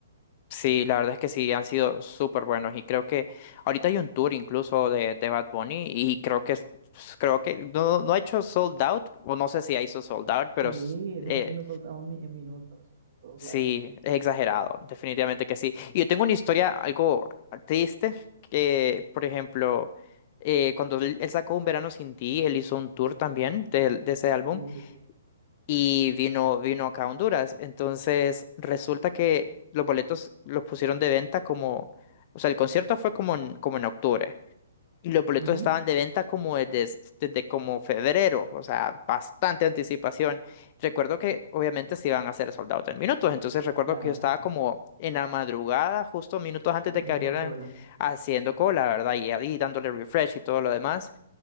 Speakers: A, on the left (about 25°); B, on the right (about 40°).
A: Sí, la verdad es que sí, han sido súper buenos y creo que ahorita hay un tour incluso de, de Bad Bunny y creo que es- pues, creo que no, no ha hecho sold out o no sé si ha hecho sold out, pero
B: Sí,
A: s-
B: ese
A: eh,
B: está siendo soltado en, mi- en minutos, en todos
A: sí,
B: lados.
A: es exagerado, definitivamente que sí. Y yo tengo una historia algo triste que, por ejemplo, eh, cuando él, él sacó Un Verano Sin Ti, él hizo un tour también de, de ese álbum
B: Sí, sí, sí.
A: y vino, vino acá a Honduras. Entonces, resulta que los boletos los pusieron de venta como, o sea, el concierto fue como en, como en octubre. Y los boletos
B: Ujú,
A: estaban de venta como desde, desde como febrero, o sea, bastante anticipación. Recuerdo que obviamente se iban a hacer sold out en minutos, entonces recuerdo
B: Claro,
A: que yo estaba como en la madrugada, justo minutos antes
B: haciendo
A: de que abrieran,
B: cola,
A: haciendo cola, ¿verdad? Y ahí dándole refresh y todo lo demás